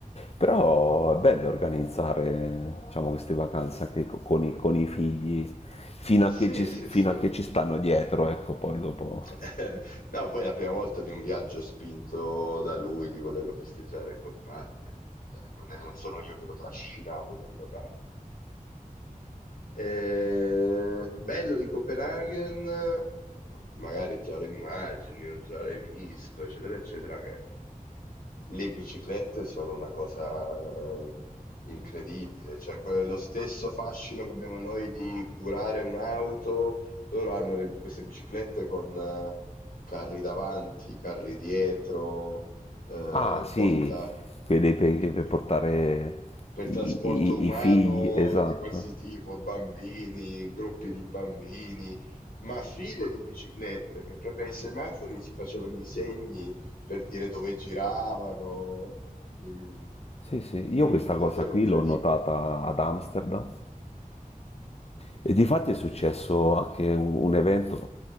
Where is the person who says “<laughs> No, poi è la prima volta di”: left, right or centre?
Left